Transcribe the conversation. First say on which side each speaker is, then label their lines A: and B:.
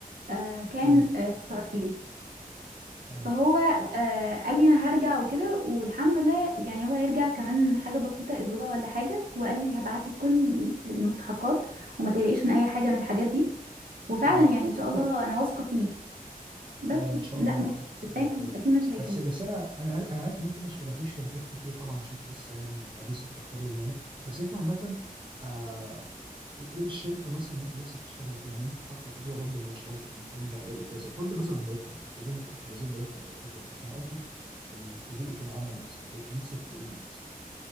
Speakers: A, on the right; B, on the right.
A: آه، كان
B: امم
A: آه، في السعودية
B: ايوه
A: فهو آه قال لي انا هرجع وكده والحمد لله يعني هو هيرجع كمان حاجه بسيطه اسبوع ولا حاجه وقال لي هبعت لك كل المستحقات وما تقلقيش من اي حاجه من الحاجات دي وفعلا
B: مم.
A: يعني ان شاء الله انا واثقه فيه بس
B: لا لا ان شاء
A: لا
B: الله
A: مش
B: هتبقى زي
A: دايما
B: الفل
A: بيبقى فيه مشاكل
B: بس بس انا انا عارف انا عارف ان انت ما اشتغلتيش في شركات كتير طبعا عشان انت لسه يعني حديث التخرج يعني بس انت عامه آه ايه إيه الشركه مثلا انت نفسك تشتغلي فيها يعني انت حاطه تقولي يا رب لو اشتغلت في مكان ده الاقي كذا بغض النظر عن المرتب يعني كلنا في الاخر عايزين مرتب قد كده بس انا قصدي في ال- في بيئه العمل نفسها بيبقى نفسك في ايه مثلا